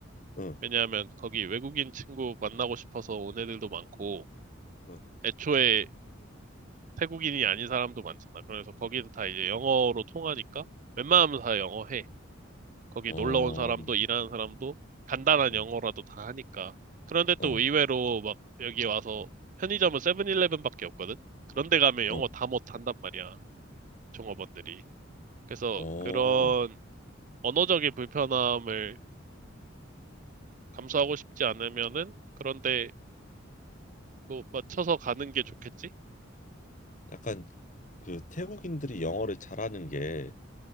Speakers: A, on the left; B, on the right.
A: 응,
B: 왜냐하면 거기 외국인 친구 만나고 싶어서 온 애들도 많고
A: 응,
B: 애초에 태국인이 아닌 사람도 많잖아. 그래서 거기는 다 이제 영어로 통하니까 웬만하면 다 영어 해. 거기
A: 어,
B: 놀러 온 사람도 일하는 사람도 간단한
A: 응,
B: 영어라도 다 하니까. 그런데
A: 어,
B: 또 의외로 막 여기 와서 편의점은 세븐일레븐밖에 없거든? 그런데 가면 영어
A: 어,
B: 다 못한단 말이야, 종업원들이. 그래서
A: 어.
B: 그런 언어적인 불편함을 감수하고 싶지 않으면은 그런데 뭐 맞춰서 가는 게 좋겠지?
A: 약간 그 태국인들이 영어를 잘하는 게